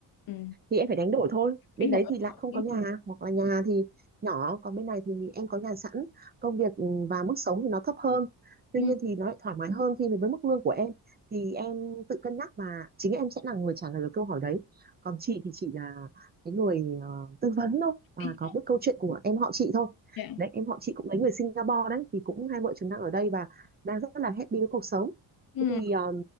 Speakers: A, on the left (about 60°); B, on the right (about 25°).
A: Ừ.
B: thì em phải đánh đổi thôi bên
A: Anh
B: đấy
A: đổi.
B: thì lại
A: học
B: không
A: đi.
B: có nhà hoặc là nhà thì nhỏ còn bên này thì em có nhà sẵn công việc ừ, và mức sống thì nó thấp hơn tuy
A: Ừ.
B: nhiên thì nó lại thoải mái hơn khi mà với mức lương của em thì em tự cân nhắc và chính em sẽ là người trả lời được câu hỏi đấy còn chị thì chị là cái người ờ, tư vấn thôi và
A: Đi.
B: có biết câu chuyện của em họ chị thôi
A: Dạ.
B: đấy em họ chị cũng lấy người Singapore đấy thì cũng hai vợ chồng đang ở đây và đang rất là happy với cuộc sống
A: Ừ.
B: thế thì ờ,